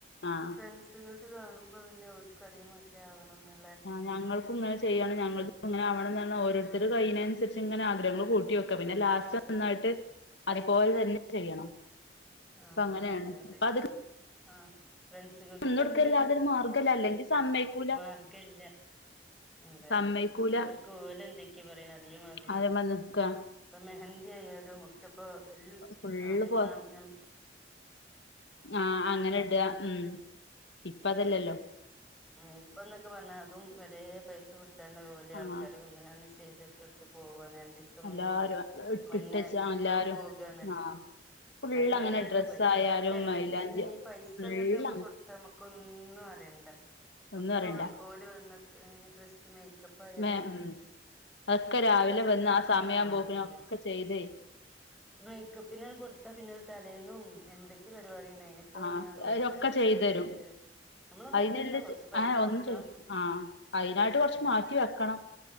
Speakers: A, on the left; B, in the centre.
A: ആഹ്
B: ഫ്രണ്ട്സുകൾത് കാണും അപ പിന്നെ ഓൽകും അതേ മാതിരി ആവണംന്ന്
A: ആ ഞങ്ങൾക്കുംങ്ങനെ ചെയ്യണം ഞങ്ങളും ഇങ്ങനെ ആവണംന്ന് ഓരോരുത്തരും കയ്യിനനുസരിച്ച് ഇങ്ങനെ ആഗ്രഹങ്ങൾ കൂട്ടി വെക്കാം പിന്നെ ലാസ്റ്റ് ഒന്നായിട്ട് അതുപോലെ തന്നെ ചെയ്യണം
B: ആഹ്
A: അപ്പ അങ്ങനേണ്
B: അതെ അതെ
A: അപ്പൊ അത്
B: ആഹ് ഫ്രണ്ട്സുകൾതൊക്കെ
A: നിന്നൊടുക്കല്ലാതെ
B: അങ്ങനെണ്
A: ഒരു മാർഗല്ല അല്ലെങ്കിൽ സമ്മയ്ക്കൂല
B: മാർഗ്ഗല്ല അതെ
A: സമ്മയ്ക്കൂല
B: അതെ ഓല്ക്ക് ഓല ന്തൊക്കെ പറ് യ് ണ് അതേമാതിരി
A: അതേമാ നിക്ക
B: ഇപ്പൊ മെഹന്തി ആയാലും ഒക്കെപ്പോ
A: ഫുള്ള്
B: ആദ്യമാണ്
A: പോ
B: ഞാൻ
A: ആഹ് അങ്ങനെ ഇട ഉം ഇപ്പ അതല്ലല്ലോ
B: ഉം ഇപ്പ ഇന്നൊക്കെ പറഞ്ഞാ അതും വരേ പൈസ കൊട് അതാണ് ഓല് ആൾക്കാര്
A: ആഹ്
B: വന്ന് കാണ്ട് ചെയ്തി ഇട്ട്ട്ത്ത് പോവാന് എ ദിവസം
A: എല്ലാരും ഇട്ടിട്ടച്ച
B: മുന്നേ ഇട്ടെടുത്ത്
A: എല്ലാരും
B: പോകുകയാണല്ലോ
A: ആഹ്
B: ഉം
A: ഫുള്ള്
B: അതിന്
A: അങ്ങനെ
B: വരെ ഇപ്പ
A: ഡ്രസ്സ്
B: പൈസ
A: ആയാലും
B: ഒക്കെ എല്ലാത്തീനും
A: മൈലാഞ്ചി
B: ഈ പൈസ
A: ഫുള്ള്
B: ഇങ്ങോട്ട് നമ്മള്
A: അങ്ങനെ
B: കൊടുത്ത മ്മക്ക് ഒന്നും അറിയണ്ട
A: ഒന്നും
B: ഒക്കെ
A: പറയണ്ട
B: ഓല് വന്നൊക്കെ ഡ്രസ്സ് മേക്കപ്പായാലും
A: മേ
B: മേക്കപ്പ്
A: ഉം അതൊക്കെ രാവിലെ
B: പിന്നെ
A: വന്ന് സമയാവുമ്പോക്കിന്
B: ആ അതെ
A: ഒക്കെ ചെയ്തേ
B: മേക്കപ്പിന് കൊടുത്ത പിന്നെ തലേന്നും എന്തൊക്കെ പ പരിപാടി ഇണ്ടായിനി ഒക്കെ
A: ആഹ്
B: വന്നാണ്ട് ഓലെന്നെ
A: അതൊക്കെ
B: മേക്കപ്പ്
A: ചെയ്തരും
B: ചെയ്ത് നമ്മളൊന്നും
A: അയിനില്ല
B: അറിയണ്ട പൈസ
A: ആ
B: കൊടുക്കണം
A: ഒന്ന് ചെയ്
B: ഉം
A: ആ അയിനായിട്ട് കൊർച്ച്
B: ഉം
A: മാറ്റി വെക്കണം